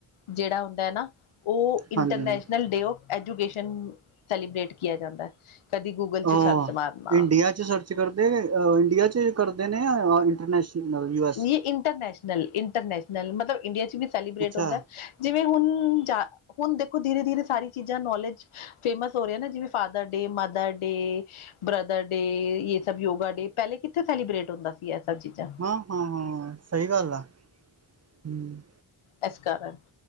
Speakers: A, on the left; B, on the right.
A: ਜਿਹੜਾ ਹੁੰਦਾ ਏ ਨਾ, ਉਹ international
B: ਹਾਂਜੀ ਹਾਂਜੀ
A: day of, education celebrate ਕੀਤਾ ਜਾਂਦਾ ਹੈ, ਕਦੀ ਗੂਗਲ ਚ
B: ਉਹ
A: ਸਰਚ, ਮਾਰਨਾ
B: ਇੰਡੀਆ ਸਰਚ ਕਰਦੇ ਨੇ ਇੰਡੀਆ ਚ ਕਰਦੇ ਨੇ, ਆਲ ਇੰਟਰਨੈਸਲ ਚ <inaudible>
A: ਯਹ ਇੰਟਰਨੈਸ਼ਨਲ ਇੰਟਰਨੈਸ਼ਨਲ, ਮਤਲਬ ਇੰਡੀਆ ਚ ਵੀ ਸੈਲੀਬਰੇਟ
B: ਅੱਛਾ
A: ਹੁੰਦਾ- ਜਿਵੇਂ ਹੁਣ ਦੇਖੋ ਧੀਰੇ ਧੀਰੇ ਸਾਰੀ ਚੀਜ਼ਾਂ ਨੌਲੇਜ- ਫੇਮਸ ਹੋ ਰਿਹਾ ਨਾ ਜਿਵੇਂ father day, mother day, brother day ਤਬ ਯਗਾ ਡੇ, ਪਹਿਲੇ ਕਿੱਥੇ ਸੈਲੀਬਰੇਟ ਹੁੰਦਾ ਸੀ ਇਹ ਸਭ ਚੀਜ਼ਾਂ
B: ਹਾਂ ਹਾਂ ਹਾਂ ਸਹੀ ਗੱਲ ਆ ਹਮ
A: ਇਸ ਕਾਰਨ